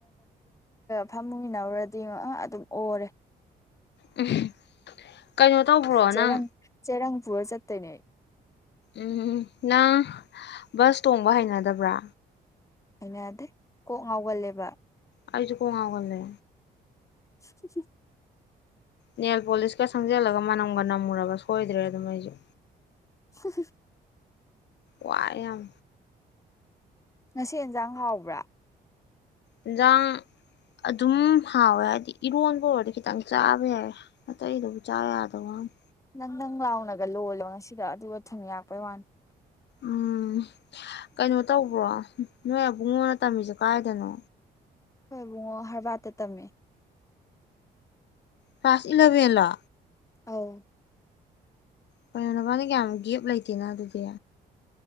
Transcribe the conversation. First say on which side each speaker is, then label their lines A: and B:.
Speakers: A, on the left (about 15°); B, on the left (about 75°).
A: ꯐꯝꯃꯨ ꯢꯟꯅꯧꯔꯗꯤ ꯑ ꯗꯨꯝ ꯑꯣꯔꯦ
B: ꯎꯝ ꯀꯩꯅꯣ ꯇꯧꯕ꯭ꯔꯣ
A: <inaudible> ꯆꯦꯔꯪ
B: ꯅꯪ
A: ꯆꯦꯔꯪ ꯄꯨꯔꯥ ꯆꯠꯇꯣꯢꯅꯦ ꯑꯩ
B: ꯎꯝ ꯅꯪ ꯕꯁ ꯇꯣꯡꯕ ꯍꯩꯅꯗꯕ꯭ꯔ
A: ꯍꯩꯅꯗꯦ ꯀꯣꯛ ꯉꯥꯎꯒꯜꯂꯦꯕ
B: ꯑꯩꯁꯨ ꯀꯣꯛ ꯉꯥꯎꯒꯜꯂꯦ
A: <inaudible>
B: ꯅꯦꯜ ꯄꯣꯂꯤꯁꯀ ꯁꯪꯖꯜꯂꯒ ꯃꯅꯝꯒ ꯅꯝꯃꯨꯔꯕ ꯁꯣꯏꯗ꯭ꯔꯦ ꯑꯗꯨꯝ ꯑꯩꯁꯨ
A: <inaudible>
B: ꯋꯥꯢ ꯌꯥꯝ
A: ꯉꯥꯁꯤ ꯑꯦꯟꯖꯥꯡ ꯍꯥꯎꯕ꯭ꯔ
B: ꯏꯟꯁꯥꯡ ꯑꯗꯨꯝ ꯍꯥꯎꯋꯦ ꯍꯥꯏꯗꯤ ꯏꯔꯣꯟꯕ ꯑꯣꯏꯔꯗꯤ ꯈꯤꯇꯪ ꯆꯥꯕ ꯌꯥꯏ ꯑꯇꯩꯗꯕꯨ ꯆꯥ ꯌꯥꯗꯕ ꯋꯥꯅꯦ
A: ꯅꯪ ꯅꯪ ꯂꯥꯎꯅꯒ ꯂꯣꯜꯂꯣ ꯉꯥꯁꯤꯗꯣ ꯑꯗꯨꯒ ꯊꯨꯝ ꯌꯥꯛꯄꯩ ꯋꯥꯅꯤ
B: ꯎꯝ ꯀꯩꯅꯣ ꯇꯧꯕ꯭ꯔꯣ ꯅꯣꯏ ꯑꯕꯨꯡꯉꯣꯅ ꯇꯝꯃꯤꯁꯦ ꯀꯥꯏꯗꯅꯣ
A: ꯈꯣꯏ ꯑꯕꯨꯡꯉꯣ ꯍꯔꯕꯥꯔꯠꯇ ꯇꯝꯃꯦ
B: ꯀ꯭ꯂꯥꯁ ꯏꯂꯚꯦꯟꯂꯣ
A: ꯑꯧ
B: ꯀꯩꯅꯣ ꯅꯕꯅꯤ ꯌꯥꯝ ꯒꯦꯞ ꯂꯩꯇꯦꯅ ꯑꯗꯨꯗꯤ